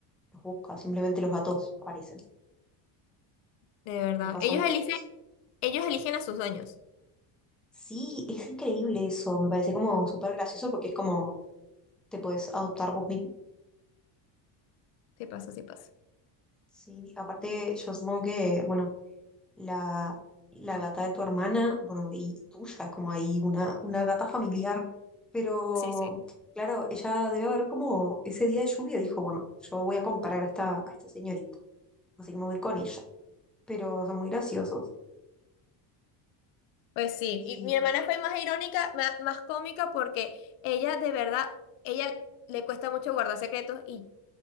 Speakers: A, in the centre; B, on the left.
A: los busca, simplemente los gatos aparecen.
B: De verdad.
A: Me pasa
B: Ellos
A: mucho
B: eligen,
A: eso.
B: ellos eligen a sus dueños.
A: Sí, es increíble eso, me parece como súper gracioso porque es como te puedes adoptar vos mismo.
B: Sí pasa, sí pasa.
A: Sí, aparte yo supongo que, bueno, la, la gata de tu hermana, bueno, y, y tuya, es como ahí una, una gata familiar, pero
B: Sí, sí.
A: claro, ella debe haber como ese día de lluvia dijo, bueno, yo voy a comparar a esta, a esta señorita, así que me voy a ir con ella, pero son muy graciosos.
B: Pues sí.
A: Y,
B: Y mi hermana fue más irónica, ma- más, cómica porque ella de verdad, ella le cuesta mucho guardar secretos y